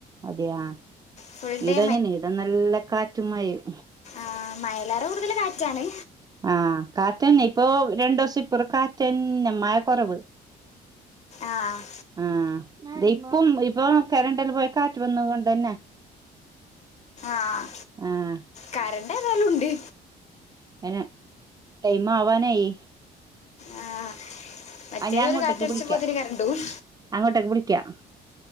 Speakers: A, on the right (about 25°); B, on the left (about 40°).
A: അതെയാ
B: ഫുൾ ഡേ
A: ഇട എങ്ങനെ ഇട നല്ല കാറ്റുമായേം
B: ആഹ് മയലാറ കൂടുതല് കാറ്റാണ്
A: ആഹ് കാറ്റന്ന ഇപ്പൊ രണ്ടു ദിവസം ഇപ്പറ കാറ്റന്ന മയ കുറവ്
B: ആഹ്
A: ആഹ് ഇപ്പം ഇപ്പൊ കരണ്ടൽ പോയി കാറ്റ് വന്ന കൊണ്ടന്നെ
B: ആഹ്
A: ആഹ്
B: കറണ്ട് ഏതായാലും ഉണ്ട്
A: എന ടൈമാവാനായി
B: ആ മറ്റേ
A: ആ ഞാൻ അങ്ങോട്ടേക്ക്
B: ഒരു കാറ്റടിച്ചപ്പോതിന്
A: വിളിക്കാം
B: കരണ്ട് പോകും
A: അങ്ങോട്ടേക്ക് വിളിക്കാം